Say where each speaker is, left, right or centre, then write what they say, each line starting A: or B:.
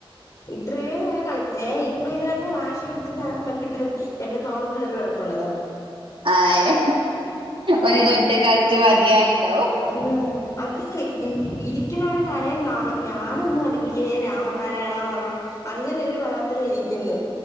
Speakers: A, on the left; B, on the right.
A: ഇത്രേം നേരം കളിച്ചേ ഇപ്പ ഇതാന്റെ വാശി പിടച്ച്ക്കാ മെക്കിട്ട് എന്റെ തോളത്ത് കേറി കെടപ്പ് ഇണ്ട്താ
B: ആ ഏ ഓന്ക്
A: ആഹ്
B: ഒറ്റെക്ക് കളിച്ച് മതിയായിണ്ടാവും
A: ആഹ് അത് ഇരികാനോടെ കടേന്നാ ഞാനൊന്നും അറിഞ്ഞില്ലേ രാമനാരാണാന്നു പറഞ്ഞു അങ്ങനെ ഒരു ഭാഗത്തില് ഇരിക്കുന്നു